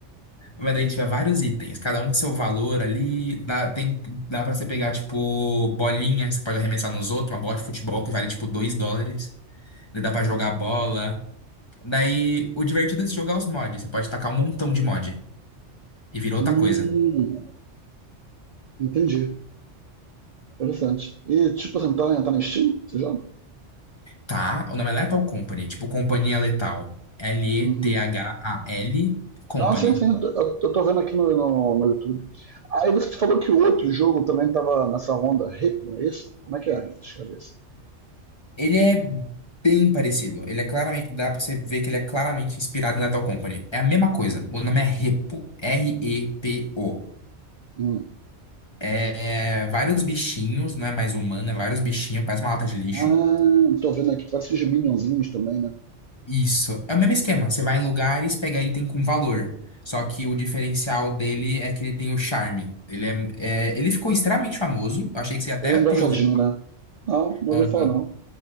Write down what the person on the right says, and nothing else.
Hum,
entendi. Interessante. E tipo, você não tá, tá na Steam? Você joga?
Uhum.
Não, sim, sim, eu, eu tô vendo aqui no, no, no YouTube. Aí você falou que o outro jogo também tava nessa onda Repo, é isso? Como é que é? Deixa eu ver isso.
Hum.
Ah, tô vendo aqui, parece os Minionzinhos também, né?
Ele é engraçadinho,
né? Não, não
ouvi falar não.